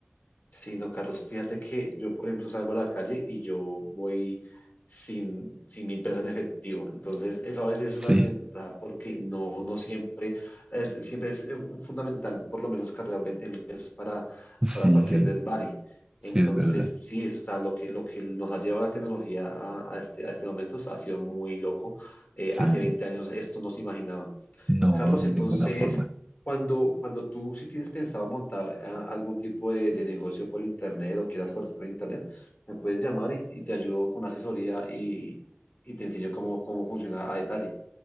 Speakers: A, on the left; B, on the right.
A: Sí, no, Carlos, fíjate que yo, por ejemplo, salgo a la calle y yo voy sin, sin mil pesos en efectivo. Entonces, eso a veces es
B: Sí,
A: una desventaja porque no, no siempre, es, siempre es eh, fundamental por lo menos cargar veinte mil pesos para,
B: sí,
A: para cualquier
B: sí,
A: desvare.
B: sí,
A: Entonces,
B: es verdad.
A: sí, eso, o sea, lo que, lo que nos ha llevado la tecnología a, a este, a este momento o sea, ha sido muy loco. Eh,
B: Sí,
A: hace 20 años esto no se imaginaba.
B: no,
A: Carlos,
B: de
A: entonces,
B: ninguna forma.
A: cuando, cuando tú si tienes pensado montar ah, algún tipo de, de negocio por internet o quieras cosas por internet, me puedes llamar y, y te ayudo con una asesoría y, y te enseño cómo, cómo funciona a detalle.